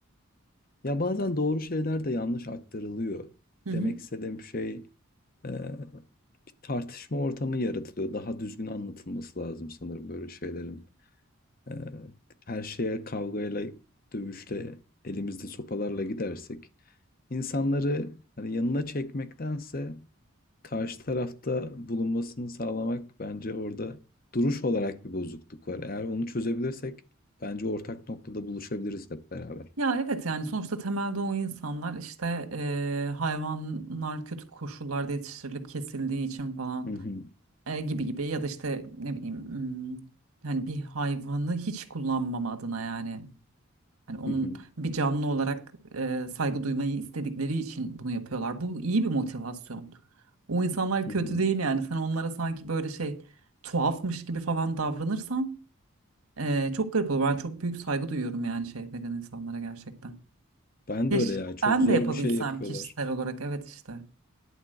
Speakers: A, on the left (about 40°); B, on the right (about 85°).
A: Ya bazen doğru şeyler de yanlış aktarılıyor.
B: Hı hı.
A: Demek istediğim şey e, bir tartışma ortamı yaratılıyor. Daha düzgün anlatılması lazım sanırım böyle şeylerin. Ee, her şeye kavgayla, dövüşle, elimizde sopalarla gidersek insanları hani yanına çekmektense karşı tarafta bulunmasını sağlamak bence orada duruş olarak bir bozukluk var. Eğer onu çözebilirsek bence ortak noktada buluşabiliriz hep beraber.
B: Ya evet yani sonuçta temelde o insanlar işte eee, hayvanlar kötü koşullarda yetiştirilip kesildiği için falan
A: Hı hı,
B: eee, gibi gibi ya da işte ne bileyim hmm, hani bir hayvanı hiç kullanmama adına yani hani onun
A: hı hı,
B: bir canlı olarak eee, saygı duymayı istedikleri için bunu yapıyorlar. Bu iyi bir motivasyon. O insanlar
A: hı
B: kötü
A: hı.
B: değil yani sen onlara sanki böyle şey tuhafmış gibi falan davranırsan eee, çok garip olur. Ben çok büyük saygı duyuyorum yani şey vegan insanlara gerçekten.
A: Ben
B: Keşke
A: de öyle ya. Çok
B: ben
A: zor
B: de yapabilsem
A: bir şey yapıyorlar.
B: kişisel olarak. Evet işte.